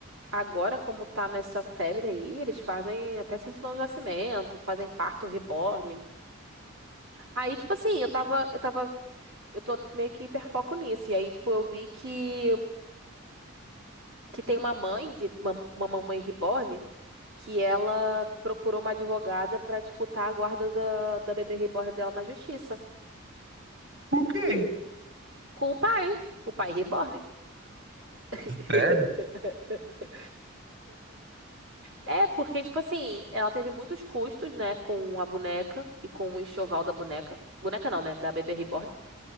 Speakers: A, on the right; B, on the right.
A: agora como tá nessa febre aí, eles fazem até certidão de nascimento, fazem parto reborn. Aí, tipo assim, eu tava, eu tava, eu tô meio que hiperfoco nisso. E aí, tipo, eu vi que que tem uma mãe de uma, uma mamãe reborn que ela procurou uma advogada pra disputar a guarda da, da bebê reborn dela na justiça
B: O quê?
A: com o pai, o pai reborn. <laughs>
B: Sério?
A: É, porque tipo assim, ela teve muitos custos, né, com a boneca e com o enxoval da boneca. Boneca não, né, da bebê reborn.